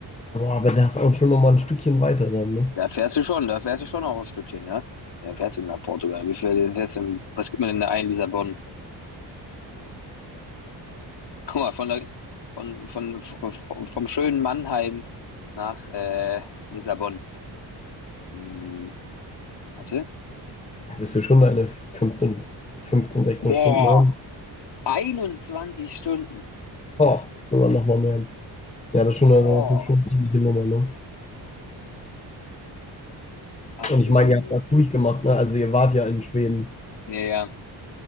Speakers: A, on the left; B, on the left.
A: Boah, aber das ist auch schon nochmal ein Stückchen weiter dann, ne?
B: Da fährst du schon, da fährst du schon auch ein Stückchen, ne? Ja, fährst du nach Portugal? Wie viel fährst du denn, was gibt man denn da ein, Lissabon? <laughs> Guck mal, von der, von, von, vom, vom schönen Mannheim nach, äh, Lissabon. Hm, warte.
A: Da wirst du schon deine fünfzehn, fünfzehn, sechzehn
B: Boah,
A: Stunden haben.
B: 21 Stunden.
A: Oh, sogar nochmal mehr. Ja, das ist schon eine,
B: Boah,
A: das ist schon eine ordentliche Nummer, ne?
B: ach
A: Und ich
B: die Jemine.
A: meine, ihr habt das durchgemacht, ne? Also ihr wart ja in Schweden.
B: Ja, ja,